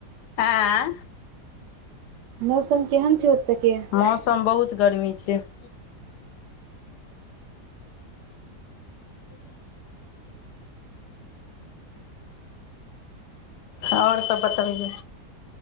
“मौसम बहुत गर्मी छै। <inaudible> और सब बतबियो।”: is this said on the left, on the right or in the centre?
Left